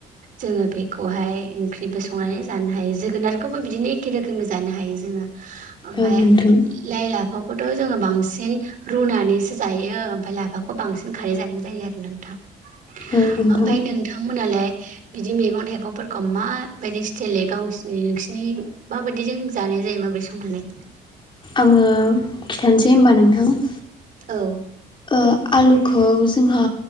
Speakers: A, on the right; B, on the left.
A: जोङो बे खौहाय ओंख्रिबो संनानै जानो हायो जोगोनारखौबो बिदिनो एखे रोखोमै जानो हायो जोङो । ओमफ्राय
B: औ नोंथां
A: लाइ लाफाफोरखौ जोङो बांसिन रुनानैसो जायो ओमफ्राय लाफाखौ बांसिन खारै जानाय जायो आरो नोंथां ।
B: औ नोंथां
A: ओमफ्राय नोंथांमोनालाय बिदि मैगं थाइगं मैगंफोरखौ माबायदि स्टाइलै गावसिनि नोंसोरनि माबायदिजों जानाय जायो माब्रै संनानै?
B: आङो खिथानोसै होनबा नोंथां ।
A: औ
B: ओ आलुखौ जोंहा